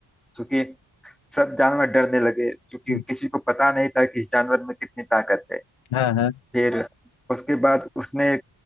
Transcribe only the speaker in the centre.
क्योंकि सब जानवर डरने लगे क्योंकि
किसी को पता नहीं था कि इस जानवर में कितनी ताकत है
फिर उसके बाद उसने